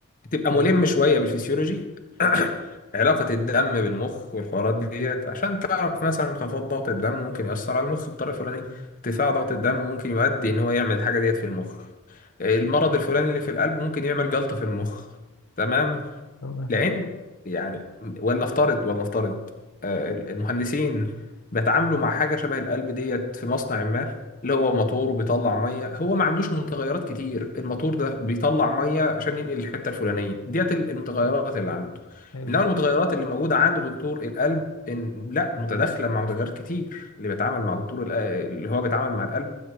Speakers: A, on the left; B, on the left.
A: تبقى
B: حلو
A: ملم شوية بالفسيولوجي <clears throat> علاقة الدم بالمخ والحوارات ديت عشان تعرف مثلا انخفاض ضغط الدم ممكن يأثر على المخ بطريقة فلانية ارتفاع ضغط الدم ممكن يؤدي ان هو يعمل الحاجة ديت في المخ المرض الفلاني اللي في القلب ممكن يعمل جلطة في المخ تمام
B: تمام
A: لان يعني ولنفترض ولنفترض آه، المهندسين بيتعاملوا مع حاجه شبه القلب ديت في مصنع ما اللي هو موتور وبيطلع ميه هو ما عندوش متغيرات كتير الموتور ده بيطلع ميه عشان ينقل الحته الفلانيه ديت المتغيرات اللي عنده
B: حلو
A: انما المتغيرات اللي موجوده عند دكتور القلب إن لا متداخله مع متغيرات كتير اللي بيتعامل مع دكتور الق- اللي هو بيتعامل مع القلب